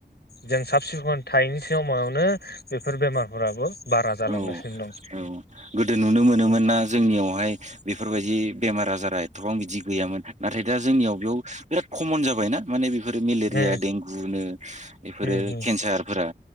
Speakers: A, on the left; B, on the right.
A: जों साब सिखन थायैनि सियाव मायावनो बेफोर बेमारफोराबो बारा जालांगासिनो
B: औ औ गोदो नुनो मोनोमोन
A: दं
B: ना जोंनियाव। हाय बेफोरबायदि बेमार आजारा एथ'बां बिदि गैयामोन नाथाय दा जोंनियाव बियाव बिराद खमन जाबायना माने बेफोरो मेलेरिया
A: उम
B: देंगुनो बेफोरो
A: उम उम
B: केन्सारफोरा।